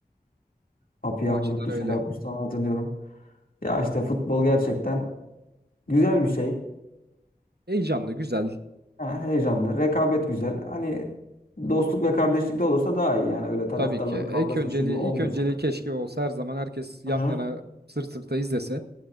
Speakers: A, on the left; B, on the right.
A: Papiyah
B: O açıdan
A: vurup dışarı
B: öyle.
A: atmıştı onu hatırlıyorum. Ya işte futbol gerçekten güzel bir şey.
B: Heyecanlı, güzel.
A: Ha, heyecanlı. Rekabet güzel. Hani dostluk ve kardeşlikte olursa daha iyi. Yani öyle taraftarların
B: Tabii ki.
A: kavgası
B: İlk önceliği,
A: şu bu olmayacak.
B: ilk önceliği keşke olsa her zaman herkes
A: Aha.
B: yan yana sırt sırta izlese.